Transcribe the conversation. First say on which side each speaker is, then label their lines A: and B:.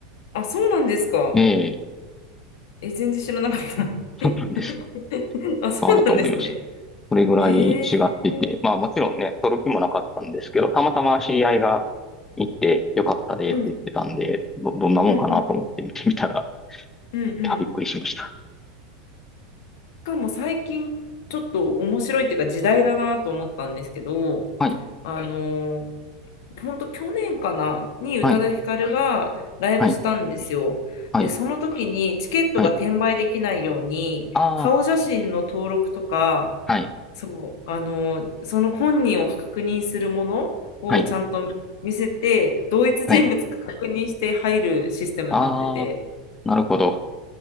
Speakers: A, on the left; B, on the left.
A: あ、そうなんですか。
B: ええ、
A: え、全然知らなかった。
B: そうなんです。
A: <laughs> あ、そうなんですね。
B: ああ、と思いました。それぐらい違ってて、
A: ええ
B: まあもちろんね、取る気もなかったんですけど、たまたま知り合いが行ってよかったでって言ってたんで、
A: うん、
B: ど、どんなもんかなと思って見てみたら、
A: うん、うん、うん、うん。
B: いや、びっくりしました。
A: しかも最近、ちょっと面白いっていうか、時代だなと思ったんですけど、
B: はい、
A: あの本当去年かなに宇多田ヒカルがライブしたんですよ。
B: はい、はい、はい、
A: で、その時にチケットが転売できないように、
B: はい。ああ、
A: 顔写真の登録とか、
B: はい、
A: そう、あの、その本人を確認するものをちゃんと見せて、
B: はい、
A: 同一人物か確認して入るシステムになってて、
B: はい。ああ、なるほど。